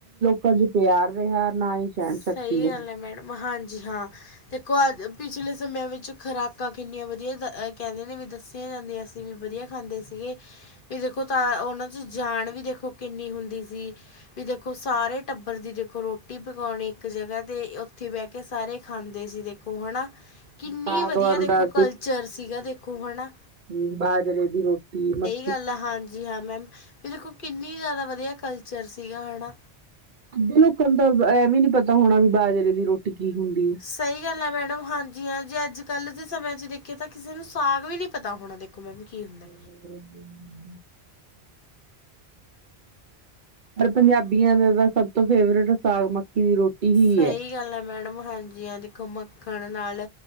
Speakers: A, on the right; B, on the left.
A: ਤੇ ਅੱਜ ਪਿਆਰ ਰੇਹਾ ਨਾ ਈ ਸਹਿਣ
B: ਸਹੀ
A: ਸ਼ਕਤੀ
B: ਗੱਲ
A: ਏ।
B: ਹੈ ਮੈਡਮ ਹਾਂਜੀ ਹਾਂ ਦੇਖੋ ਅ ਪਿਛਲੇ ਸਮੇਆਂ ਵਿੱਚ ਖੁਰਾਕਾਂ ਕਿੰਨੀਆਂ ਵਧੀਆ ਕੈੰਦੇ ਨੇ ਵੀ ਦੱਸੀਆਂ ਜਾਂਦੀਆਂ ਸੀ। ਵੀ ਵਧੀਆ ਖਾਂਦੇ ਸੀਗੇ। ਵੀ ਦੇਖੋ ਤਾਂ ਓਨਾਂ 'ਚ ਜਾਨ ਵੀ ਦੇਖੋ ਕਿੰਨੀ ਹੁੰਦੀ ਸੀ ਵੀ ਦੇਖੋ ਸਾਰੇ ਟੱਬਰ ਦੀ ਦੇਖੋ ਰੋਟੀ ਪਕਾਓਣੀ ਇੱਕ ਜਗ੍ਹਾ ਤੇ ਓਥੇ ਬੈ ਕੇ ਸਾਰੇ ਖਾਂਦੇ ਸੀ ਦੇ ਖੋ ਹੈਨਾ ਕਿੰਨੀ
A: ਸਾਗ
B: ਵਧੀਆ
A: ਬਣਦਾ
B: ਦੇਖੋ ਕਲਚਰ ਸੀਗਾ ਦੇਖੋ ਹੈਨਾ
A: ਹੂੰ ਬਾਜਰੇ ਦੀ ਰੋਟੀ ਮਕ
B: ਗੱਲ ਆ ਹਾਂਜੀ ਹਾਂ ਮੈਮ ਵੀ ਦੇਖੋ ਕਿੰਨੀ ਜ਼ਿਆਦਾ ਵਧੀਆ ਕਲਚਰ ਸੀਗਾ ਹੈਨਾ
A: ਅਧੇ ਲੋਕਾਂ ਨੂੰ ਤਾਂ ਐਵੀ ਨੀ ਪਤਾ ਹੋਣਾ ਵੀ ਬਾਜਰੇ ਦੀ ਰੋਟੀ ਕੀ ਹੁੰਦੀ ਹੈ।
B: ਸਈ ਗੱਲ ਆ ਮੈਡਮ ਹਾਂਜੀ ਹਾਂ ਜੇ ਅੱਜ-ਕੱਲ ਦੇ ਸਮੇ ਚ ਦੇਖ ਕਿ ਤਾਂ ਕਿਸੇ ਨੂੰ ਸਾਗ ਵੀ ਨੀ ਪਤਾ ਹੋਣਾ ਦੇਖੋ ਮੈਮ ਕੀ ਹੁੰਦਾ
A: <unintelligible> ਹੂੰ ਓਰ ਪੰਜਾਬੀਆਂ ਦਾ ਤਾਂ ਸਭ ਤੋ ਫੇਵਰੇਟ ਸਾਗ ਮਕ ਕੀ ਦੀ ਰੋਟੀ ਹੀ
B: ਸਈ
A: ਹੈ।
B: ਗੱਲ ਐ ਮੈਡਮ। ਹਾਂਜੀ ਐ ਤੇ ਮੱਖਣ ਨਾਲ